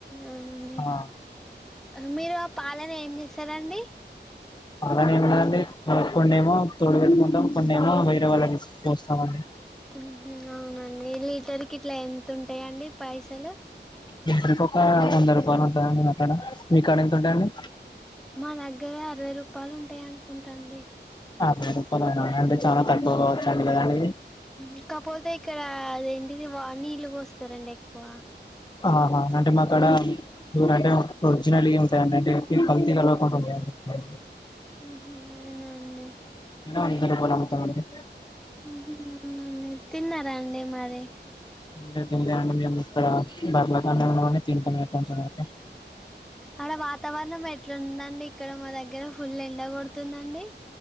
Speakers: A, in the centre; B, on the left.
A: అవునండి
B: ఆ
A: హా మీరు పాలనీ ఏం చేస్తారండి
B: అలానే ఏమన్నాండి కొన్నేమో తోడు పెట్టుకుంటాం కొన్నేమో వేరే వాళ్ళకి ఇస్ పోస్తాం అండి
A: ఉహ్ అవునండి లీటర్కి ఇట్లా ఎంత ఉంటాయిండి పైసలు
B: లెటర్ ఒక వంద రూపాయలు ఉంటాయండి మా కడ మీ కడ ఎంత ఉంటాయండి
A: మా దగ్గర అరవై రూపాయలు ఉంటాయి అనుకుంటాండి
B: ఆ సే రూపాలు అయ్యాయి అంటే చాలా తక్కువ కావచ్చండి లేదండి
A: ఇకపోతే ఇక్కడ అదేంటిది వానీళ్లు పోస్తారండి ఎక్కువ
B: ఆహా అంటే మాకడ ఊరు అంటే ఒరిజినల్ ఉంటాయండి అంటే కల్తీ కలవకుండా ఉంటాయండి
A: ఉహు, అవునా అండి
B: అందులే పొలంమత్తండి
A: ఉ అవునండి తిన్నారా అండి మరి
B: తిన్లే తిన్లే అండి మేము ఇక్కడ బర్లతోనే ఉన్నామని తింటున్నాయి కొంచెం అయితే
A: ఆడ వాతావరణం అట్లుండండి ఇక్కడ మా దగ్గర ఫుల్ ఎండ కొడుతుందండి